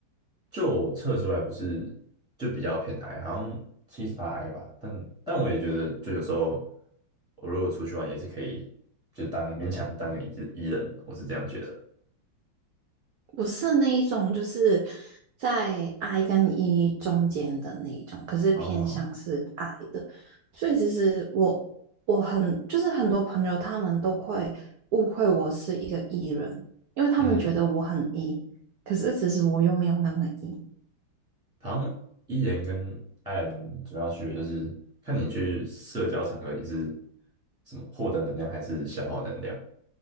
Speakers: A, in the centre; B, on the right.
A: 就我测出来我是就比较偏 I，好像七十八 I 吧，但但我也觉得就有时候我如果出去玩也是可以，就当勉强当个 E 字 E 人，我是这样觉得。
B: 我是那一种，就是在 I 跟 E 中间的那一种，可是偏向是
A: 哦，
B: I 的，所以其实我我很就是很多朋友他们都会误会我是一个 E 人，因为他们觉得我很
A: 嗯，
B: E，可是其实我又没有那么 E。
A: 好像 E 人跟 I 人主要区别就是看你去社交场合你是怎么获得能量还是消耗能量，